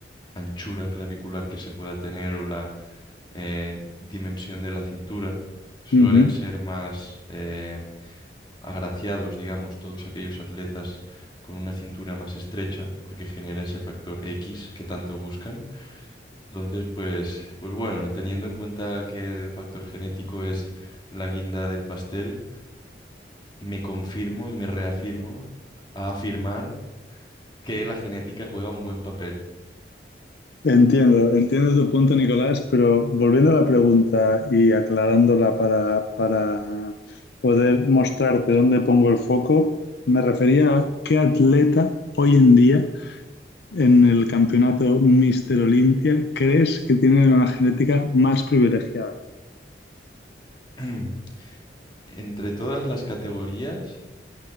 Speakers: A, on the left; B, on the left.
A: anchura clavicular que se pueda tener o la eh, dimensión de la cintura. Suelen
B: Ujú.
A: ser más... eh, agraciados, digamos, todos aquellos atletas con una cintura más estrecha, porque genera ese factor X que tanto buscan. Entonces, pues, pues bueno, teniendo en cuenta que el factor genético es la guinda del pastel, me confirmo y me reafirmo a afirmar que la genética juega un buen papel.
B: Entiendo, entiendo tu punto, Nicolás, pero volviendo a la pregunta y aclarándola para, para poder mostrarte dónde pongo el foco, me refería a qué atleta hoy en día en el campeonato Mister Olimpia crees que tiene una genética más privilegiada,
A: <clears throat> Entre todas las categorías,